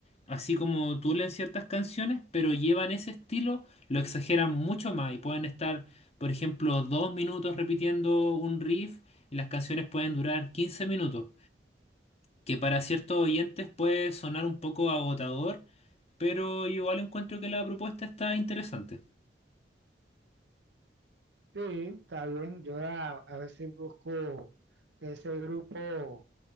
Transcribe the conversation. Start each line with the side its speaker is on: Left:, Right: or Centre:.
Left: así como Tool en ciertas canciones, pero llevan ese estilo lo exageran mucho más y pueden estar, por ejemplo, dos minutos repitiendo un riff y las canciones pueden durar 15 minutos, que para ciertos oyentes puede sonar un poco agotador, pero igual encuentro que la propuesta está interesante.
Right: Sí, está bien. Yo a, a ver si busco ese grupo